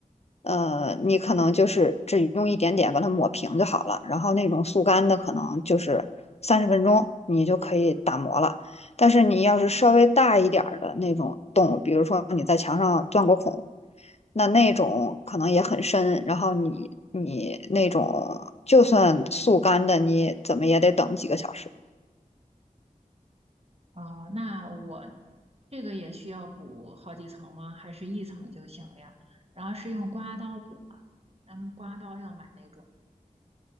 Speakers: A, on the left; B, on the right.
A: 呃，你可能就是只用一点点把它抹平就好了。然后那种速干的可能就是三十分钟你就可以打磨了。但是你要是稍微大一点儿的那种洞，比如说你在墙上钻过孔，那那种可能也很深，然后你你那种就算速干的，你怎么也得等几个小时。
B: 哦，那我这个也需要补好几层吗？还是一层就行呀？然后是用刮刀补吗，咱们刮刀要买那种。